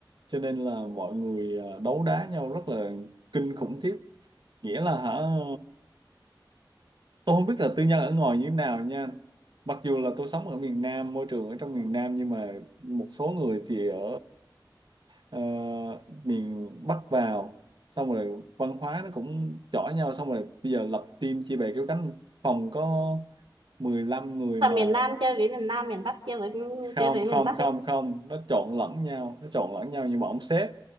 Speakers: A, on the right; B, on the right.
A: cho nên là mọi người ờ, đấu đá nhau rất là kinh khủng khiếp nghĩa là hả tôi không biết là tư nhân ở ngoài như thế nào nha mặc dù là tôi sống ở miền Nam môi trường ở trong miền Nam nhưng mà một số người thì ở ờ, miền Bắc vào xong rồi văn hóa nó cũng chỏ nhau xong rồi bây giờ lập team chia bè kéo cánh phòng có 15 người
B: Là
A: mà
B: miền Nam chơi với miền Nam, miền Bắc chơi với
A: không
B: chơi với
A: không
B: miền Bắc
A: không
B: ấy
A: không nó trộn lẫn nhau nó trộn lẫn nhau nhưng mà ông sếp